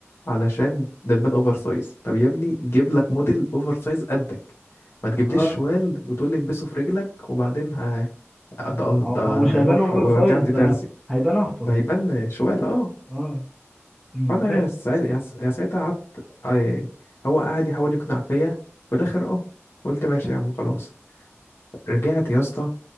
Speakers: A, on the left; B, in the centre.
A: علشان ده تبان اوفر سايز طب يا ابني جيب لك موديل اوفر سايز قدك ما تجيبليش
B: اه
A: شوال وتقول لي البسه في رجلك وبعدين ه... ده
B: هو
A: ده
B: هو مش هيبان
A: روح
B: اوفر
A: ودي
B: سايز
A: عندي
B: ده
A: ترزي
B: هيبان اهطل
A: ده هيبان شوال اه
B: اه امم
A: فانا
B: لا.
A: ساعت... يعني يعني ساعتها قعدت آه، يعني هو قعد يحاول يقنع فيا في الاخر اه قلت ماشي يا عم خلاص رجعت يا اسطى